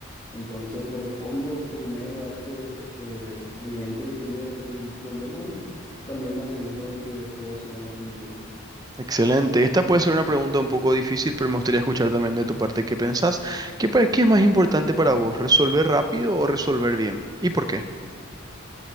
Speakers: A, on the left (about 15°); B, on the right (about 20°).
A: Entonces le respondo primero a este, este cliente que tiene el problema y también me aseguro de que todos sean atendidos.
B: Excelente. Esta puede ser una pregunta un poco difícil, pero me gustaría escuchar también de tu parte qué pensás. ¿Qué, pa- qué es más importante para vos, resolver rápido o resolver bien? ¿Y por qué?